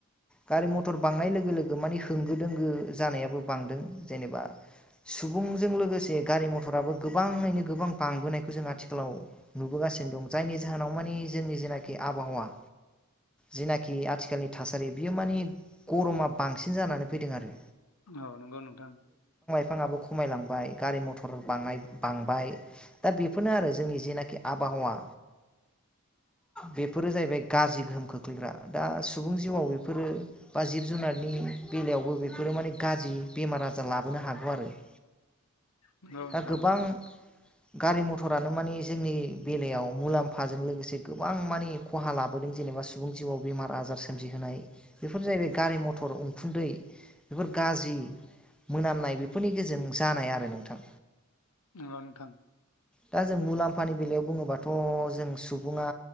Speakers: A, in the centre; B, on the left.
A: गारि मथर बांनाय लोगो-लोगो मानि होंगो दोंगो जानायाबो बांदों जेनेबा। सुबुंजों लोगोसे गारि मथराबो गोबाङैनो गोबां बांबोनायखौ जों आथिखालाव नुबोगा सिनो दं जायनि जाहोनाव मानि जोंनि जेनाखि आबहावा जिनाखि आथिखालनि थासारि बियो मानि गरमा बांसिन जानानै फैदों आरो
B: औ नंगौ नोंथां
A: बिफाङाबो खमायलांबाय गारि मथर बांनाय बांबाय दा बेफोरनो आरो जोंनि जेनाखि आबहाव ना बेफोरो जाहैबाय गाज्रि गोहोम खोख्लैग्रा दा सुबुं जिउआव बेफोरो बा जिब जुनारनि बेलायावबो बेफोरो माने गाज्रि बेमार आजार लाबोनो हागौ आरो। <inaudible>
B: औ नोंथां
A: दा गोबां
B: नंगौ।
A: गारि मथरानो माने जोंनि बेलायाव मुलाम्फाजों लोगोसे गोबां माने खहा लाबोदों जा जेनेबा सुबुं जिउआव बेमार आजार सोमजिहोनाय। बेफोर जाहैबाय गारि मथर उखुन्दै बेफोर गाज्रि मोनामनाय बेफोरनि गेजेरजों जानाय आरो नोंथां
B: नंगौ नोंथां।
A: दा जों मुलाम्फानि बेलायाव बुङोबाथ' जों सुबुङा